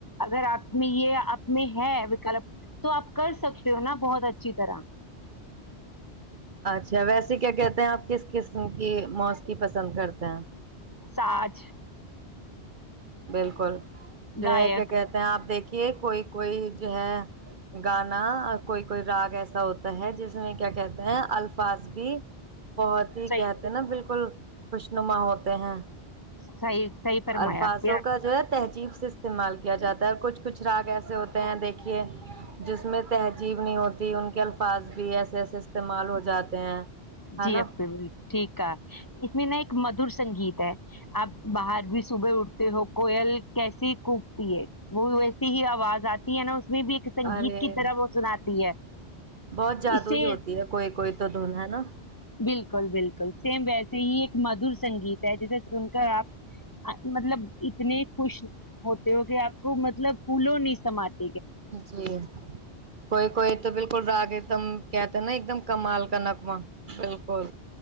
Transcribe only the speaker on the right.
اچھا ویسے کیا کہتے ہیں آپ کس قسم کی موسیقی پسند کرتے ہیں
بالکل جو
ہے کیا کہتے ہیں آپ دیکھیے کہ کوئی کوئی جو ہے گانا کوئی کوئی راگ ایسا ہوتا ہے جس میں کیا کہتے ہیں الفاظ بھی بہت ہی
کہتے ہیں نا بالکل خوش نما ہوتے ہیں
الفاظوں
کا جو ہے تہذیب استعمال کیا جاتا ہے کچھ کچھ راگ ایسے ہوتے ہیں دیکھیے جس میں تہذیب نہیں ہوتی ان کے الفاظ بھی ایسے ایسے استعمال ہو جاتے ہیں ہے
نا
ارے
بہت جادوئی
ہوتی ہے کوئی کوئی تو دھن ہے نا
جی کوئی کوئی تو بالکل ڈا گ ایک دم کہتے ہیں نا ایک دم کمال کا نغمہ بالکل